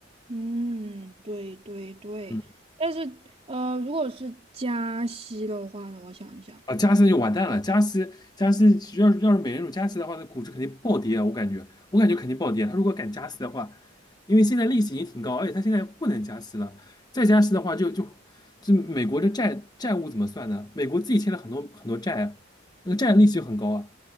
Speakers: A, on the right; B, on the left.
A: 嗯，对对对，
B: 嗯。
A: 但是，呃，如果是加息的话呢，我想一下，
B: 啊，加息就完蛋了。加息，加息，要是要是美联储加息的话，那股市肯定暴跌啊！我感觉，我感觉肯定暴跌。他如果敢加息的话，因为现在利息已经挺高，而且他现在不能加息了，再加息的话就，就就美国的债债务怎么算呢？美国自己欠了很多很多债啊，那个债利息就很高啊。